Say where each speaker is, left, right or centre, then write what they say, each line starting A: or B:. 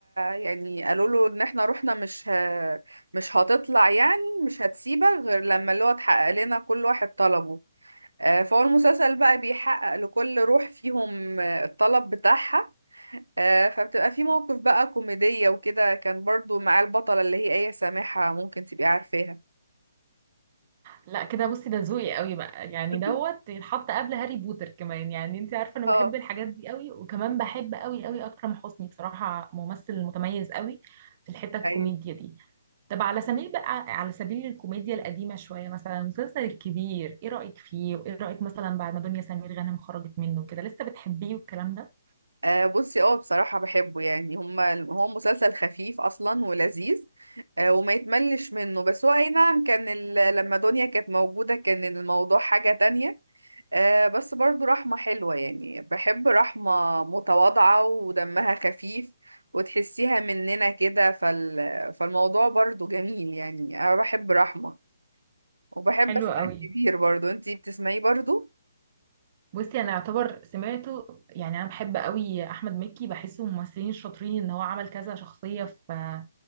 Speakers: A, on the right; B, on the right.
A: يعني قالوا له إن إحنا روحنا مش ه... مش هتطلع يعني مش هتسيبك غير لما اللي هو اتحقق لنا كل واحد طلبه آه، فهو المسلسل بقى بيحقق لكل روح فيهم آه، الطلب بتاعها آه، فبتبقى في موقف بقى كوميدية وكده كان برضو مع البطلة اللي هي آية سامحة ممكن تبقي عارفاها
B: لا كده بصي ده ذوقي قوي بقى يعني
A: <laughs>
B: دوت يتحط قبل هاري بوتر كمان يعني انت عارفه انا
A: اه
B: بحب الحاجات دي قوي وكمان بحب قوي قوي اكرم حسني بصراحه ممثل متميز قوي في الحته الكوميديا
A: ايوه
B: دي طب على سبيل بقى على سبيل الكوميديا القديمه شويه مثلا مسلسل الكبير ايه رايك فيه وايه رايك مثلا بعد ما دنيا سمير غانم خرجت منه كده لسه بتحبيه والكلام ده
A: آه بصي اه بصراحة بحبه يعني هما هو مسلسل خفيف أصلا ولذيذ آه وما يتملش منه بس هو أي نعم كان ال... لما دنيا كانت موجودة كان الموضوع حاجة تانية آه بس برضو رحمة حلوة يعني بحب رحمة متواضعة ودمها خفيف وتحسيها مننا كده فال... فالموضوع برضو جميل يعني أنا بحب رحمة وبحب
B: حلو
A: اسمع
B: قوي
A: الكبير برضو انتي بتسمعيه برضو
B: بصي انا اعتبر سمعته يعني انا بحب قوي احمد مكي بحسه من الممثلين الشاطرين ان هو عمل كذا شخصيه في